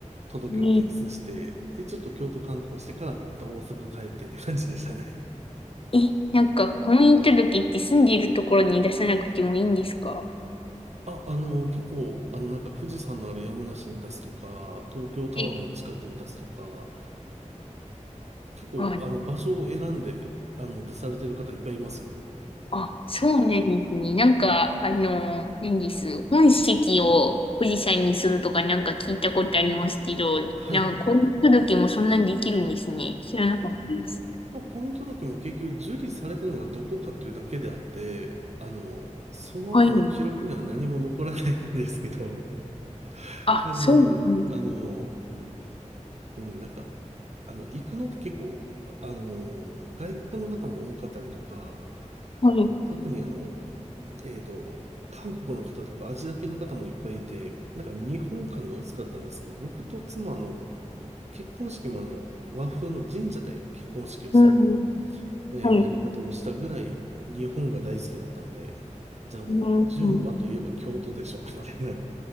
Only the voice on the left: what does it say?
ね、
え、なんか婚姻届って住んでいるところに出さなくてもいいんですか
え、
あ、
あ、そうなんですね。なんか、あの、何です。本籍を富士山にするとかなんか聞いたことありますけど、
なんか婚姻届もそんなんできるんですね。知らなかったです。
はい。
あ、
そうなんです。
はい。
うん。
はい。
うん。
う